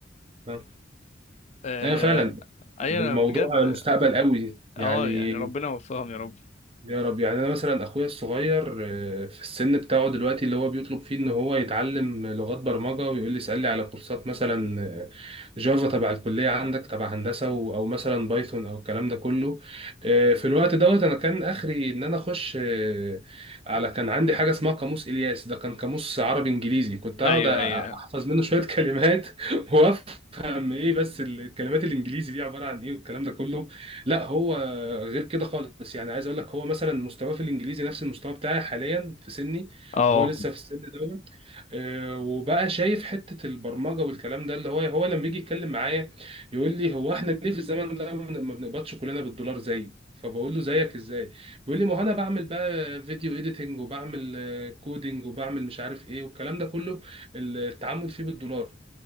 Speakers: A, on the right; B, on the left.
A: آه.
B: آه
A: ايوه فعلا
B: ايوه انا
A: الموضوع
B: بجد
A: مستقبل قوي يعني
B: اه يعني ربنا يوفقهم يا رب
A: يا رب يعني انا مثلا اخويا الصغير آه، في السن بتاعه دلوقتي اللي هو بيطلب فيه ان هو يتعلم لغات برمجه ويقول لي اسال لي على كورسات مثلا آه، جافا تبع الكليه عندك تبع هندسه و- او مثلا بايثون او الكلام ده كله آه، في الوقت دوت انا كان اخري ان انا اخش آه، على كان عندي حاجه اسمها قاموس الياس ده كان قاموس عربي انجليزي كنت اقعد
B: ايوه
A: أ-
B: ايوه
A: احفظ منه شويه كلمات <laughs> وافهم ايه بس الكلمات الانجليزي دي عباره عن ايه والكلام ده كله لا هو غير كده خالص يعني عايز اقول لك هو مثلا مستواه في الانجليزي نفس المستوى بتاعي حاليا في سني
B: اه
A: وهو لسه في السن دوت آه، وبقى شايف حته البرمجه والكلام ده اللي هو هو لما يجي يتكلم معايا يقول لي هو احنا ليه في الزمن ده ما ما بنقبضش كلنا بالدولار زي فبقول له زيك ازاي بيقول لي ما هو انا بعمل بقى فيديو اديتنج وبعمل آه، كودينج وبعمل مش عارف ايه والكلام ده كله التعامل فيه بالدولار